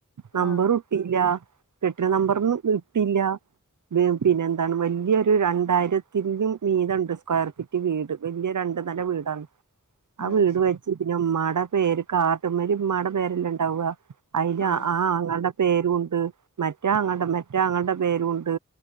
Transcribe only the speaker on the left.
ആഹ്
ആഹ്
ശ
ആഹ്